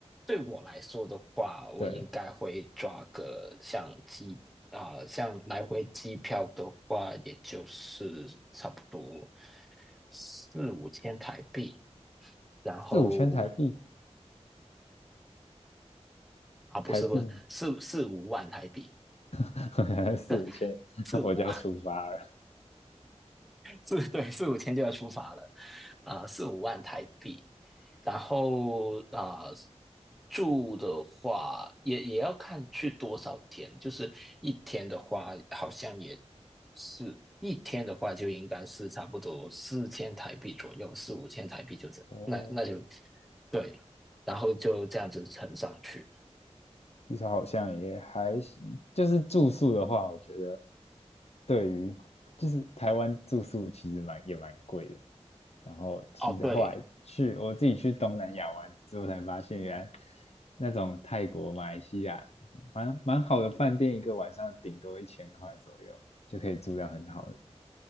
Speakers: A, in the centre; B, on the left.
A: 对我来说的话，我应该会抓个相机啊、
B: 对，
A: 像来回机票的话，也就是差不多四五千台币，然后
B: 四五千台币，
A: 啊，不是不是四四五万台币，
B: 台币吗？<laughs> 四五千
A: 这
B: <laughs>
A: 四五
B: 我就要出发了。
A: 四 <laughs> 对四五千就要出发了，啊，四五万台币，然后啊、呃住的话也也要看去多少天，就是一天的话好像也是一天的话就应该是差不多四千台币左右，四五千台币就这，
B: 哦，
A: 那那就对，然后就这样子乘上去。
B: 至少好像也还行。就是住宿的话，我觉得对于就是台湾住宿其实蛮也蛮贵的。然后其实后来去我自己去东南亚玩之后，
A: 哦，对，
B: 才发现原来那种泰国、马来西亚蛮蛮好的饭店，一个晚上顶多一千块左右就可以住到很好的。